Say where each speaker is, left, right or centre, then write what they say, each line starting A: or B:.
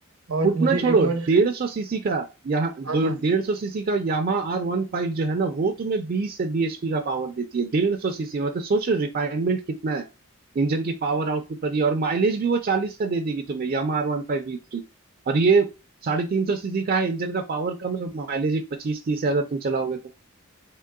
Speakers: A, on the right; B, on the right.
A: और
B: उतना
A: मुझे
B: छोड़ो
A: एक और
B: डेढ़ सौ सीसी का यहाँ
A: हाँ हाँ
B: डेढ़ सौ सीसी का यामा आर वन फाइव जो है ना वो तुम्हें बीस से bhp का पावर देती है डेढ़ सौ सीसी मतलब सोचो रिफाइनमेंट कितना है इंजन की पावर आउटपुट पर ये और माइलेज भी वो चालीस का दे देगी तुम्हें Yamaha R one five V three और ये साढ़े तीन सौ सीसी का है इंजन का पावर कम है और माइलेज पच्चीस तीस है अगर तुम चलाओगे तो